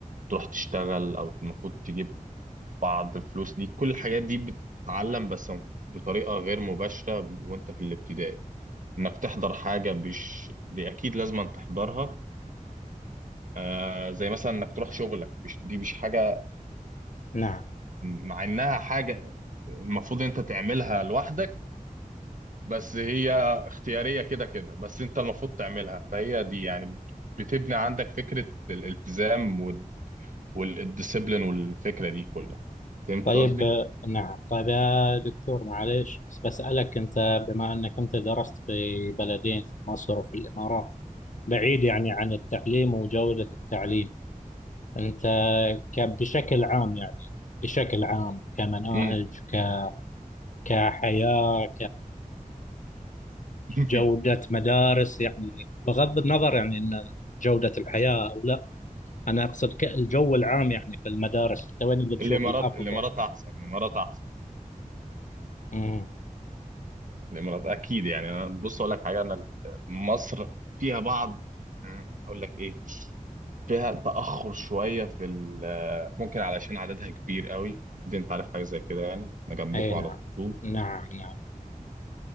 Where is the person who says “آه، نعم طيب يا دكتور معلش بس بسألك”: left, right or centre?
Left